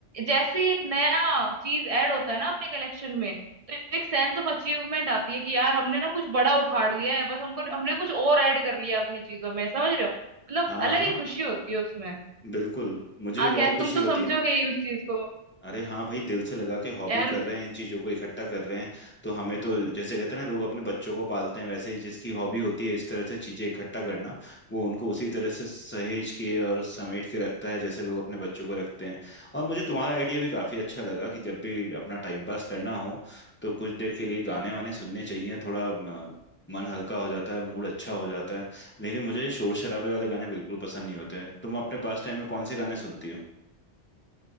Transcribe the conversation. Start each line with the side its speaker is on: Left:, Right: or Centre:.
Right: जैसे ही एक नया चीज ऐड होता है ना अपने कलेक्शन में तो एक सेंस ऑफ अचीवमेंट आती है कि यार हमने ना कुछ बड़ा उखाड़ लिया है बस हमको हमने कुछ और ऐड कर लिया अपनी चीजों में समझ रहे हो मतलब
Left: हाँ
Right: अलग ही
Left: हाँ
Right: खुशी होती है उसमें
Left: बिल्कुल मुझे
Right: आ
Left: भी बहुत
Right: खैर
Left: खुशी
Right: तुम तो
Left: होती
Right: समझोगे
Left: है
Right: ही उस चीज को
Left: अरे हाँ भाई दिल से लगा के हॉबी
Right: यार
Left: कर रहे हैं इन चीजों को इकट्ठा कर रहे हैं तो हमें तो जैसे कहते हैं ना लोग अपने बच्चों को पालते हैं वैसे ही जिसकी हॉबी होती है इस तरह से चीजें इकट्ठा करना वो उनको उसी तरह से सहेज के और समेट के रखता है जैसे लोग अपने बच्चों को रखते हैं और मुझे तुम्हारा आइडिया भी काफी अच्छा लगा कि जब भी अपना टाइम पास करना हो तो कुछ देर के लिए गाने वाने सुनने चाहिए थोड़ा म, मन हल्का हो जाता है मूड अच्छा हो जाता है लेकिन मुझे शोर शराबे वाले गाने बिल्कुल पसंद नहीं होते हैं तुम अपने पास टाइम में कौन से गाने सुनती हो